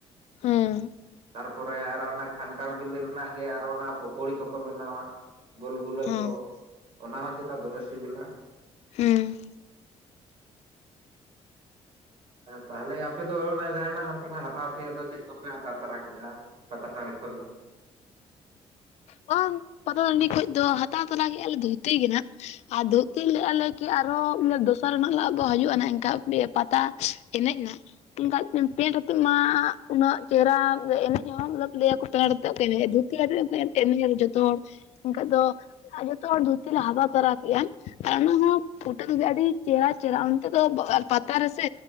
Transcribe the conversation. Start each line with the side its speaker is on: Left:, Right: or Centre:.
Left: ᱦᱩᱸ
Right: ᱛᱟᱨᱯᱚᱨᱮ ᱟᱨᱚ ᱚᱱᱟ ᱠᱷᱟᱱᱴᱷᱟᱲ ᱵᱤᱞᱤ ᱨᱮᱱᱟᱜ ᱜᱮ ᱟᱨᱚ ᱚᱱᱟ ᱯᱳᱠᱷᱳᱲᱤ ᱠᱚᱠᱚ ᱵᱮᱱᱟᱣᱟ ᱜᱳᱞ ᱜᱩᱞᱟᱹ
Left: ᱦᱮᱸ
Right: ᱠᱚ ᱚᱱᱟ ᱦᱚᱸ ᱪᱮᱛᱟ ᱫᱚᱢᱮ ᱥᱤᱵᱤᱞᱟ
Left: ᱦᱩᱸ
Right: ᱛᱟᱦᱚᱞᱮ ᱟᱯᱮ ᱫᱚ ᱚᱱᱟ ᱡᱟᱦᱱᱟᱜ ᱚᱱᱠᱟᱱᱟᱜ ᱦᱟᱛᱟᱣ ᱛᱮᱭᱟᱜ ᱫᱚ ᱪᱮᱫ ᱫᱚᱯᱮ ᱦᱟᱛᱟᱣ ᱛᱟᱨᱟ ᱠᱮᱫᱼᱟ ᱯᱟᱛᱟ ᱴᱟᱸᱬᱤ ᱠᱷᱚᱱ ᱫᱚ
Left: ᱵᱟᱝ ᱯᱟᱛᱟ ᱴᱟᱺᱰᱤ ᱠᱷᱚᱱ ᱫᱚ ᱦᱟᱛᱟᱣ ᱛᱚᱨᱟ ᱜᱮᱜᱼᱟ ᱞᱮ ᱫᱷᱩᱛᱤ ᱜᱮ ᱱᱟᱸᱜ ᱟᱨ ᱫᱷᱩᱛᱤ ᱞᱮᱫᱜᱼᱟ ᱞᱮ ᱠᱤ ᱟᱨᱦᱚᱸ ᱫᱚᱥᱟᱨ ᱨᱮᱱᱟᱜ ᱱᱟᱸᱜ ᱵᱚ ᱦᱤᱡᱩᱜᱼᱟ ᱮᱱᱠᱷᱟᱱ ᱯᱟᱛᱟ ᱮᱱᱮᱡ ᱱᱟᱸᱜ ᱮᱠᱷᱟᱱᱡ ᱯᱮᱱᱰ ᱟᱛᱮᱫ ᱢᱟ ᱩᱱᱟᱹᱜ ᱪᱮᱦᱨᱟ ᱮᱱᱮᱡ ᱦᱚᱸ ᱞᱟᱹᱭ ᱟᱠᱚ ᱢᱚᱛᱞᱵᱽ ᱯᱮᱱᱰ ᱟᱛᱮᱫ ᱠᱚ ᱮᱱᱮᱡ-ᱟ ᱫᱚ ᱛᱮᱭᱟᱨ ᱮᱱ ᱡᱚᱛᱚ ᱦᱚᱲ ᱚᱱᱠᱟ ᱫᱚ <unintelligible> ᱟᱨ ᱡᱷᱚᱛᱚ ᱦᱚᱲ ᱫᱷᱩᱛᱤ ᱞᱮ ᱦᱟᱛᱟᱣ ᱛᱚᱨᱟ ᱠᱮᱫᱼᱟ ᱟᱨ ᱚᱱᱟ ᱦᱚᱸ ᱯᱷᱩᱴᱟᱹᱞ ᱜᱮ ᱟᱹᱰᱤ ᱪᱮᱦᱨᱟ ᱪᱟᱨᱟᱜ ᱚᱱᱛᱮ ᱫᱚ ᱯᱟᱛᱟ ᱨᱮᱥᱮ